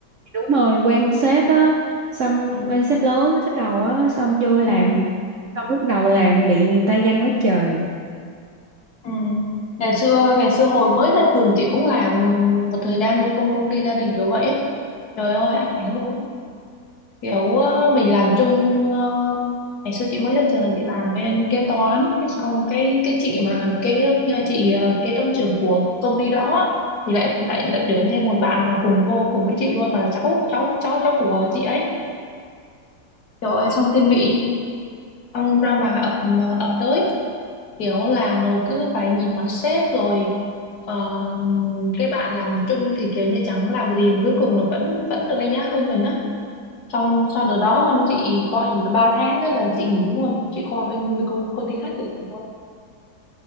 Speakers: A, on the right; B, on the left.
A: Đúng rồi, quan sếp á, xong
B: Ừ,
A: quan sếp lớn, sếp đầu á, xong vô làm,
B: ừ,
A: xong lúc đầu làm bị người ta ganh quá trời.
B: ừ. Ngày xưa ngày xưa hồi mới ra trường chị cũng làm một thời gian cho công công ty gia đình kiểu vậy á. Trời ơi ám ảnh luôn á. Kiểu ờ, mình làm chung ờ, ngày xưa chị mới ra trường là chị làm bên kế toán, cái xong cái cái chị mà cái chị ờ, kế toán trưởng của công ty đó á, thì lại lại lật tuyển thêm một bạn là cùng vô cùng với chị luôn mà là cháu cháu cháu cháu của chị ấy. Trời ơi xong thiên vị xong ra mà ập ờ, ập tới kiểu làm rồi cứ phải nhìn mặt sếp rồi ờ, cái bạn làm chung thì kiểu như chẳng làm gì mà cuối cùng là vẫn vẫn được đánh giá hơn mình á xong sau đợt đó xong chị coi nghỉ được ba tháng đó là chị nghỉ luôn chị qua bên, bên công, công ty khác thì làm luôn